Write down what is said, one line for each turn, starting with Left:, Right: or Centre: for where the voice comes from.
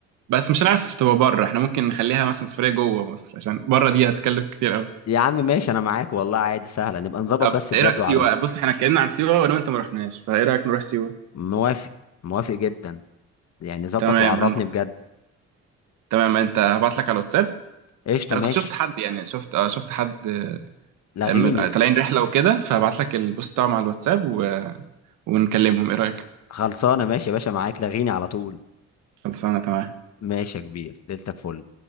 Right: بس مش هنعرف تبقى بره احنا ممكن نخليها مثلا سفريه جوه مصر عشان بره دي هتكلف كتير قوي
Left: يا عم ماشي انا معاك والله عادي سهله نبقى نظبط
Right: طب
Left: بس
Right: ايه
Left: بجد
Right: رايك سيوه
Left: وعرفني
Right: بص احنا اتكلمنا عن سيوه وانا وانت ما رحناش فايه رايك نروح سيوه
Left: موافق موافق جدا يعني ظبط
Right: تمام
Left: وعرفني
Right: هن...
Left: بجد
Right: تمام انت هبعت لك على الواتساب
Left: قشطه
Right: انا
Left: ماشي
Right: كنت شفت حد يعني شفت اه شفت حد اه،
Left: لغيني
Right: ام- طالعين رحله وكده فهبعت لك البوست بتاعهم على الواتساب و... ونكلمهم ايه رايك
Left: خلصانه ماشي يا باشا معاك لغيني على طول
Right: خلصانه تمام
Left: ماشي يا كبير ليلتك فل